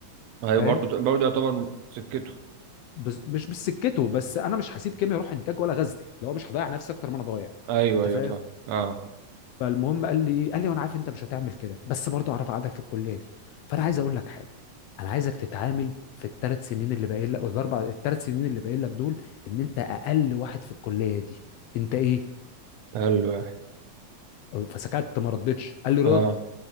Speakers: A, on the right; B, on the left.
A: ايوه
B: فاهم
A: برضه برضه يعتبر سكته
B: بز... مش مش سكته بس انا مش هسيب كيمياء اروح انتاج ولا غزل اللي هو مش هضيع نفسي اكتر ما انا ضايع
A: ايوه
B: انت
A: ايوه
B: فاهم
A: فاهم اه
B: فالمهم قال لي ايه قال لي وانا عارف انت مش هتعمل كده بس برضه اعرف قعدك في الكليه دي فانا عايز اقول لك حاجه انا عايزك تتعامل في الثلاث سنين اللي باقيين لك أو الاربع الثلاث سنين اللي باقيين لك دول ان انت اقل واحد في الكليه دي انت ايه
A: قال له إيه.
B: فسكت ما ردتش قال لي رد
A: اه